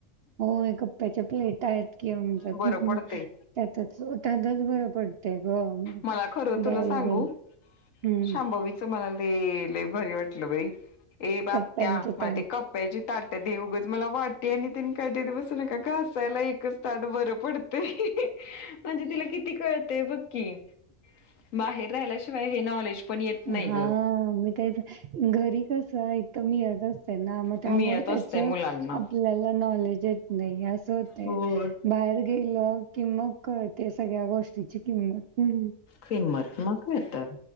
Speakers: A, on the right (about 65°); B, on the left (about 70°).
A: होय कप्प्याच्या प्लेटा आहेत की आमच्यात
B: बरं पडतंय.
A: त्यातचं त्यातचं बर पड तय गं
B: मला खरं
A: द्यायला
B: तुला सांगू
A: पण हम्म.
B: शांभवीचं मला ते लय भारी वाटलं बाई ए आत्या
A: कप्प्यांचं
B: मला
A: त्या
B: ते कप्प्याची ता ट दे उगच मला वाटी आणि तेन काही देत बसू नका घासायला एकच ताट बरं पडतंय. म्हणजे तिला किती कळतंय बघ की. बाहेर राहिल्याशिवाय हे नॉलेज पण येत नाही
A: हा
B: ग.
A: मी त्याच घरी कसं इथं मी येत असते ना मग त्यामुळे
B: मिळत
A: त्याच
B: असतंय
A: आप
B: मुलांना.
A: ल्याला नॉलेज येत नाही असं होत
B: होय.
A: बाहेर गेलं कि मग कळतंय सगळ्या गोष्टीची किंमत
B: किंमत मग काय तर